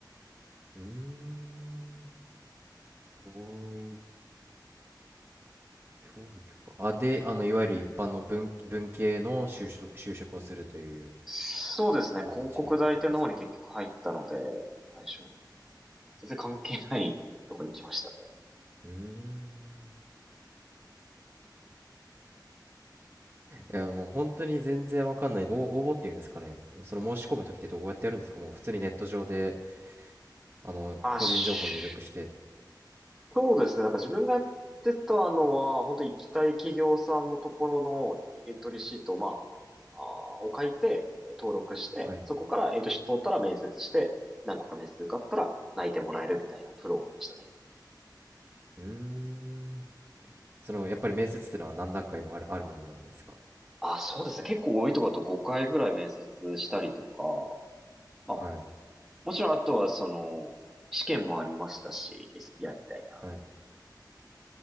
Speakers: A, on the right; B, in the centre.
A: うーん、教育、教育か。あ、で、あの、いわゆる一般の文、文系の就職、就職をするという
B: そうですね、
A: 形なんですか
B: 広告代理店の方に結局入ったので、最初、全然関係ないとこ行きましたね。
A: うーん。いや、もう本当に全然わかんない。応応募っていうんですかね。その申し込むときってどうやってやるんですかもう普通にネット上で、あの、
B: あ、
A: 個人情報入力してって。
B: しそうですね。なんか自分がやってたのは、本当に行きたい企業さんのところのエントリーシートを、まあ、あーを書いて、えー登録して、
A: はい。
B: そこからエントリーシート通ったら面接して、何個か面接受かったら内定もらえるみたいなフローでしたね。
A: うーん。その、やっぱり面接ってのは何段階もある、あるもんなんですか
B: あ、そうですね。結構多いとこだと5回ぐらい面接したりとか、まあ、
A: はい。
B: もちろんあとはその、試験もありましたし、s p r みたいな、
A: はい。